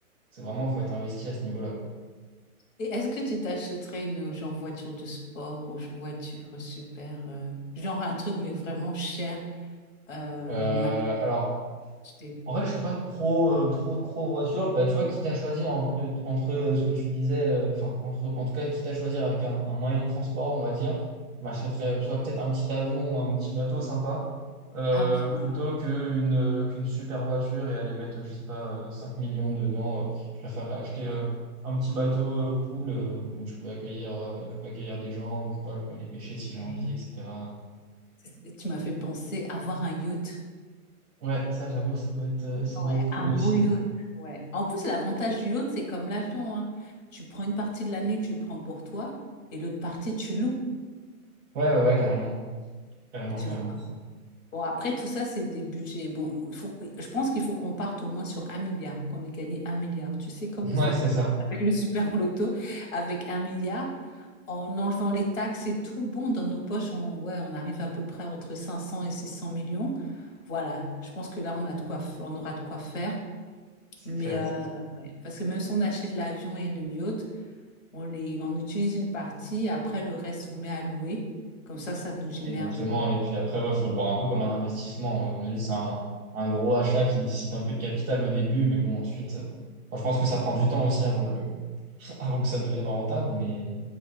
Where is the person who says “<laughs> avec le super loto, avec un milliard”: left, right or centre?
Left